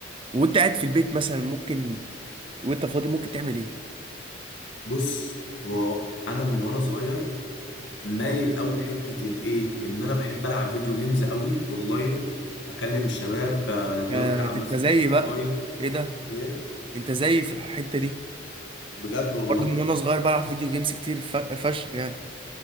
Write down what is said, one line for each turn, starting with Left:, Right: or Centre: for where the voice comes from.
Right: وانت قاعد في البيت مثلا ممكن وانت فاضي ممكن تعمل ايه
Left: بص هو انا من وانا صغير مايل قوي لحته الايه ان انا بحب العب فيديو جيمز قوي اونلاين اكلم
Right: بص
Left: الشباب آه، يلا
Right: آه،
Left: نلعب
Right: انت
Left: مثلا
Right: زيي
Left: فورتنايت
Right: بقى ايه ده
Left: ايه
Right: انت زيي في الحته دي
Left: بجد والله
Right: برضه من وانا صغير بلعب فيديو جيمز كتير ف- فشخ يعني